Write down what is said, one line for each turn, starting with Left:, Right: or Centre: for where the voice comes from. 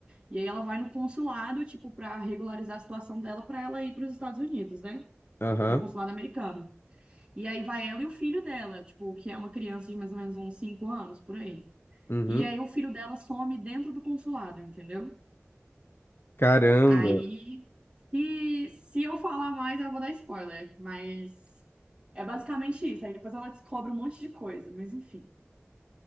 Right: E aí ela vai no consulado, tipo, pra regularizar a situação dela pra ela ir pros Estados Unidos, né?
Left: Aham.
Right: No consulado americano. E aí vai ela e o filho dela, tipo, que é uma criança de mais ou menos uns 5 anos, por aí.
Left: Uhum.
Right: E aí o filho dela some dentro do consulado, entendeu?
Left: Caramba.
Right: Aí E se eu falar mais, eu vou dar spoiler, mas é basicamente isso. Aí depois ela descobre um monte de coisa, mas enfim,